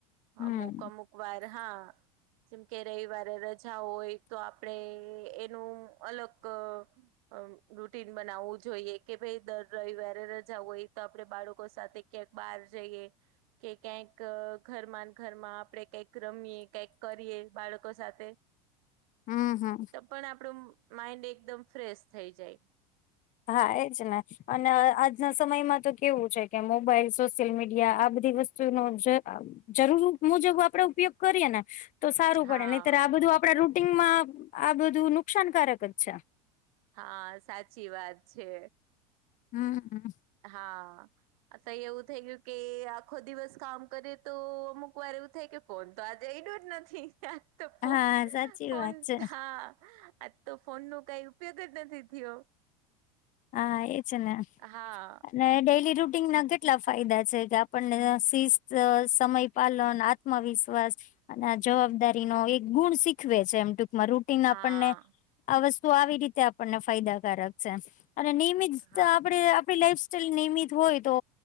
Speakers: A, on the left; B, on the right.
A: હમ
B: અમુક અમુક વાર હા. જેમ કે રવિવારે રજા હોય તો આપડે એનું અલગ અ રૂટીન બનાવવું જોઈએ કે ભાઈ દર રવિવારે રજા હોય તો આપડે બાળકો સાથે કેક બાર જઈએ. કે ક્યાંક ઘરમાં ઘરમાં આપડે કંઈક રમીયએ કંક કરીએ બાળકો સાથે.
A: હમ હમ
B: તો પણ આપણો માઈન્ડ એકદમ ફ્રેશ થઈ જાય.
A: હા એજ ને. અને અ આજના સમયમાં તો કેવું છે કે મોબાઈલ સોશિયલ મીડિયા આ બધી વસ્તુનો જે. જરૂર મુજબ આપડે ઉપયોગ કરીએ ને તો સારું
B: હા
A: પડે નહીત્યારે આ બધું આપડા રૂટનમાં આ બધું નુકસાનકારક જ છે.
B: હા સાચી વાત છે.
A: હમ હ.
B: હા. અત એવું થઈ ગયું કે આખો દિવસ કામ કરે તો અમુક વાર એવું થાય કે ફોન તો આજે એઈડું જ નથી. તો ફ
A: હા સાચી
B: ફોન
A: વાત છે
B: હા આ તો ફોન નો કઈ ઉપયોગ જ નથી થયો.
A: હા એજ ને.
B: હા.
A: અને ડેલી રૂટીન ના કેટલા ફાયદા છે કે આપણને શિસ્ત સમય પાલન આત્મવિશ્વાસ અને જવાબદારી નો એક ગુણ શીખવે છે એમ ટૂકમાં રૂટ
B: હા
A: આપણને આ વસ્તુ આવી રીતે આપણને ફાયદાકારક છે અને નિમિત આપણે
B: હા
A: આપણી લાઈફ સાઈલ નિયમિત હોય તો